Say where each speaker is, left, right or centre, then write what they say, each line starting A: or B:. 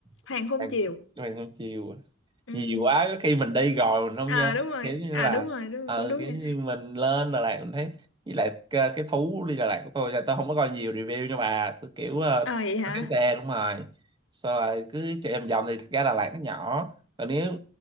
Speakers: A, on the right; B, on the left.
A: <laughs>
B: Hoàng Hôn
A: bạn
B: Chiều.
A: bạn không chiều
B: Ừ.
A: nhiều quá có khi mình đi rồi mình không
B: À
A: nhớ
B: đúng rồi.
A: kiểu như
B: À
A: là
B: đúng rồi, đúng
A: ờ
B: cũng đúng
A: kiểu
B: nha.
A: như mình lên Đà Lạt mình thấy với lại cái, cái thú đi Đà Lạt của tôi là tôi không có coi nhiều review nhưng mà tôi kiểu ờ,
B: À vậy hả?
A: có cái xe đúng rồi sau rồi cứ chạy vòng vòng thì thực ra Đà Lạt nó nhỏ còn nếu